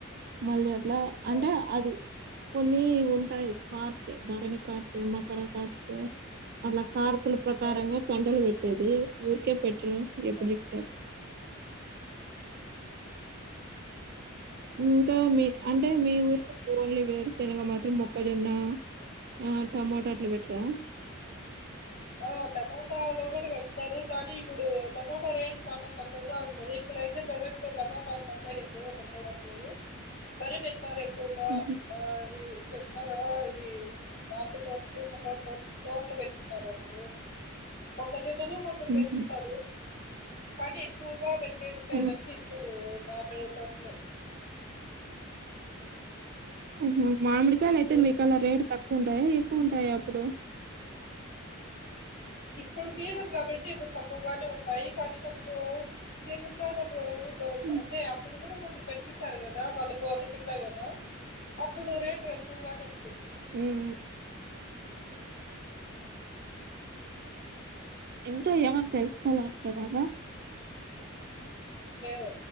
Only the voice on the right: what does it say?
మళ్ళీ అట్లా అంటే
అది కొన్ని ఉంటాయి కార్తేె బరని కార్తేె మకర కార్తేె అట్లా కార్తే ప్రకారంగా
కొండలు బెట్ ఏది ఊర్కే పెట్టు ఎప్పుడు
చెప్పితే అప్ ఇంకా మీ అంటే మీ ఊర్స్ తో ఓన్లీ వేరుశనగ మాత్రం మొక్కజొన్న ఆ అ టమటా అట్ల పెట్టరా
హుహు.
హుహు.
హ్మ్.
మ్మ్ హ్హ్ మామిడి కాయాలు అయితే
మీకెళ్ళి రేటు తక్కువుంటాయా ఎక్కువుంటా యే అప్పుడు
హ్మ్.
మ్మ్ హు ఇంకా ఏమన్నా తెలుసుకోవాలను కుంటున్నారా